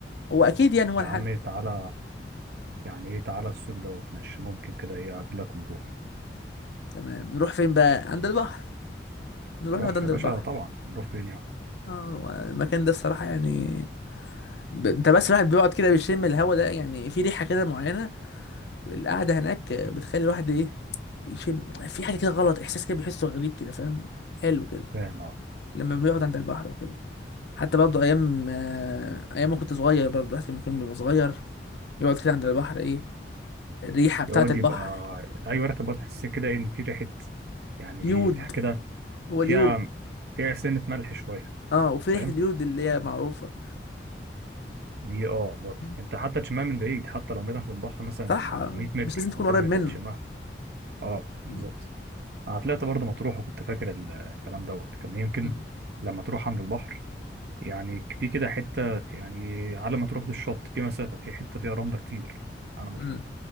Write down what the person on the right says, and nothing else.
يا عمي تعالى يعني ايه تعالى الصيف دوت ماشي ممكن كده ايه اقابلك ونروح
بحر
يا باشا
طبعا نروح فين يعني
فاهم اه
يقعد
يبقى ايوه ريحه برضه تحس كده ايه ان في ريحه يعني
ايه ريحة كده
فيها
فيها سنه ملح شويه
أنت
فاهم
دي اه برضه
انت حتى تشمها من بعيد حتى لو ميلك من البحر مثلا
100 متر
200
متر
تشمها اه بالظبط
انا طلعت برضه مطروح وكنت فاكر ال- الكلام دوت كان يمكن
لما تروح عند البحر يعني في كده حته يعني على ما تروح للشط في مسافه في حته فيها رمله كتير على ما
تروح